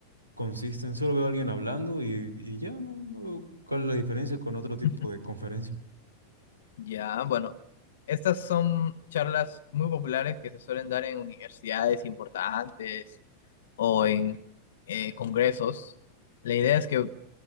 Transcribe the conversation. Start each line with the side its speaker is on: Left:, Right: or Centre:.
Right: consisten. Solo veo a alguien hablando y, y ya no, no veo cuál es la diferencia con otro tipo
Left: <laughs>
Right: de conferencia.
Left: Ya, bueno. Estas son charlas muy populares que se suelen dar en universidades importantes o en eh, congresos. La idea es que